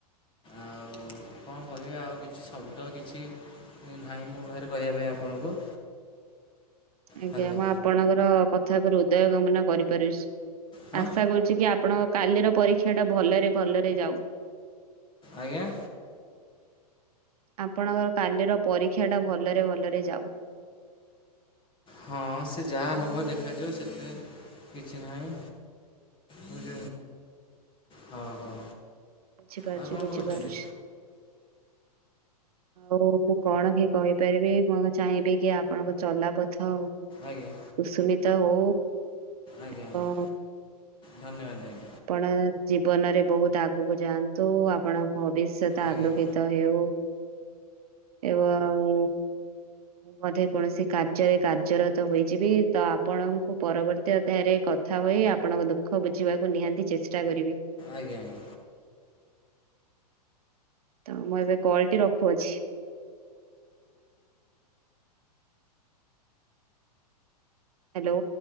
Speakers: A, on the left (about 25°); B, on the right (about 65°).
A: ଆଉ କଣ କହିବି ଆଉ କିଛି ଶବ୍ଦ କିଛି ନାଇଁ ମୋ ପାଖରେ କହିବା ପାଇଁ ଆପଣଙ୍କୁ।
B: ଆଜ୍ଞା
A: ହ୍ୟାଲୋ
B: ମୁଁ ଆପଣଙ୍କର କଥା ଉପ ହୃଦୟ ଗମନ କରିପାରୁଛି।
A: ହଁ
B: ଆଶା କରୁଛି କି -ଆପଣଙ୍କ କାଲିର ପରୀକ୍ଷା ଟା ଭଲରେ ଭଲରେ ଯାଉ।
A: ଆଜ୍ଞା!
B: ଆପଣଙ୍କର କାଲିର ପରୀକ୍ଷା ଟା ଭଲରେ ଭଲରେ ଯାଉ।
A: ହଁ ସେ ଯାହା ହବ ଦେଖାଯିବ, ସେଥିରେ କିଛି ନାହିଁ!
B: <inaudible>
A: ବୁଝ ହଁ ହଉ
B: ବୁଝିପାରୁଛି,
A: ଆଉ କଣ
B: ବୁଝିପାରୁଛି।
A: କହୁଛନ୍ତି
B: ଆଉ ମୁଁ କଣ ହିଁ କହିପାରିବି। ମୁଁ ଚାହିଁବି କି ଆପଣଙ୍କ ଚଲା ପ- ଥ
A: ଆଜ୍ଞା
B: କୁସୁମିତ ହଉ।
A: ଆଜ୍ଞା
B: ଏବଂ
A: ଆଜ୍ଞା ଧନ୍ୟବାଦ! ଆଜ୍ଞା
B: ଆପଣ ଜୀବନରେ ବହୁତ ଆଗକୁ ଯାଆନ୍ତୁ, ଆପଣ ଭ- ଭବିଶ୍ୱତ
A: ଆଜ୍ଞା
B: ଆଲୋକିତ ହେଉ ଏବଂ ବଧେ କୌଣସି କାର୍ଯ୍ୟରେ କାର୍ଯ୍ୟରତ ହୋଇଯିବି ତ, ଆପଣଙ୍କୁ ପରବର୍ତ୍ତୀ ଅଧ୍ୟାୟରେ କଥା- ହୋଇ ଆପଣଙ୍କ ଦୁଃଖ ବୁଝିବାକୁ ନିହାତି ଚେଷ୍ଟା କରିବି।
A: ଆଜ୍ଞା ଆଜ୍ଞା।
B: ତ ମୁଁ ଏବେ କଲଟି ରଖୁଅଛି। ହାଲୋ!